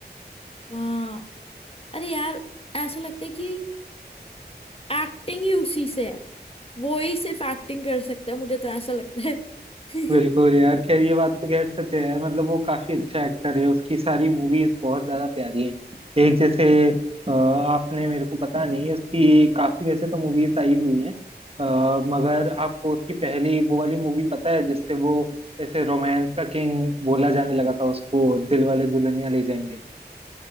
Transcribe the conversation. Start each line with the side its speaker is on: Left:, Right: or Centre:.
Left: हाँ अरे यार ऐसा लगता है कि एक्टिंग ही उसी से है वो ही सिर्फ एक्टिंग कर सकता है मुझे तो ऐसा लगता है
Right: बिल्कुल
Left: <laughs>
Right: यार खैर ये बात तो खैर सच है यार मतलब वो काफी अच्छा एक्टर है उसकी सारी मूवीज बहुत ज्यादा प्यारी हैं एक जैसे अ, आपने मेरे को पता नहीं उसकी काफी वैसे तो मूवीज आई हुई हैं अ, मगर आपको उसकी पहली वो वाली मूवी पता है जिससे वो ऐसे रोमांस का किंग बोला जाने लगा था उसको दिल वाले दुल्हनिया ले जाएंगे